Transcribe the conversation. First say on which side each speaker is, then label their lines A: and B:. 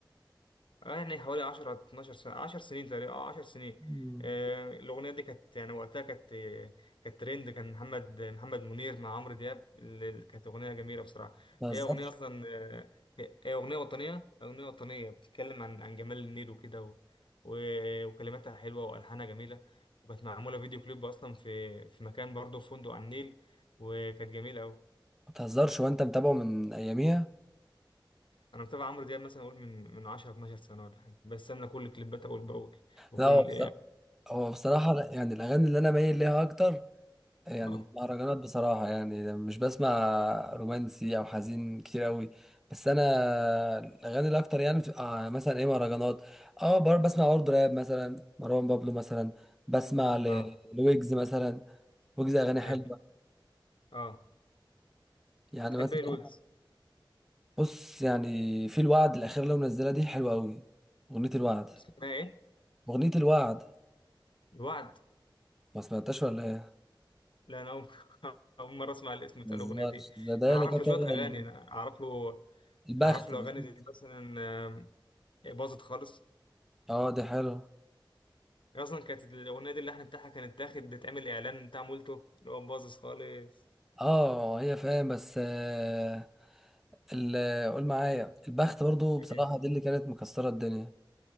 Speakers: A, on the left; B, in the centre.
A: يعني حوالي 10 12 سنة 10 سنين تقريبا اه 10 سنين
B: مم.
A: آه، الأغنية دي كانت يعني وقتها كانت آه، كانت ترند كان محمد محمد منير مع عمرو دياب ال- ال- كانت أغنية جميلة بصراحة
B: ما
A: هي
B: تهزرش
A: أغنية أصلا آه، هي هي أغنية وطنية أغنية وطنية بتتكلم عن عن جمال النيل وكده و... و... وكلماتها حلوة وألحانها جميلة وكانت معمولة فيديو كليب أصلا في في مكان برضه في فندق على النيل وكانت جميلة أوي
B: ما تهزرش وانت متابعه من اياميها
A: أنا متابع عمرو دياب مثلا أقول من من 10 12 سنة ولا حاجة بستنى كل كليباته أول بأول وكل
B: لا هو بصراحة هو بصراحة لا، يعني الاغاني اللي انا مايل ليها اكتر يعني
A: اه
B: المهرجانات بصراحة يعني مش بسمع رومانسي أو حزين كتير أوي بس أنا الأغاني الأكتر يعني بتبقى مثلا إيه مهرجانات أه بر- بسمع برضه راب مثلا مروان بابلو مثلا بسمع ل-
A: اه
B: لويجز مثلا ويجز أغاني حلوة
A: اي اه
B: يعني
A: تحب
B: مثلا
A: ايه الويجز
B: بص يعني في الوعد الأخيرة اللي هو منزلها دي حلوة أوي أغنية الوعد
A: اسمها ايه
B: أغنية الوعد
A: الوعد
B: ما سمعتهاش ولا إيه؟
A: لا انا اول <laughs> أول مره اسمع الاسم بتاع
B: ما تهزرش
A: الاغنيه دي
B: ده ده
A: انا
B: اللي
A: اعرف
B: كانت
A: له شويه
B: واخدة
A: اغاني انا اعرف له
B: البخت
A: اعرف له
B: أكيد
A: اغاني زي مثلا آم، باظت خالص
B: أه دي حلوة
A: هي اصلا كانت الاغنيه دي اللحن بتاعها كانت داخل تعمل اعلان بتاع مولتو اللي هو باظت خالص
B: اه هي فاهم بس آه، ال- قول معايا البخت برضو
A: إيه.
B: بصراحة
A: إيه.
B: دي اللي كانت مكسرة الدنيا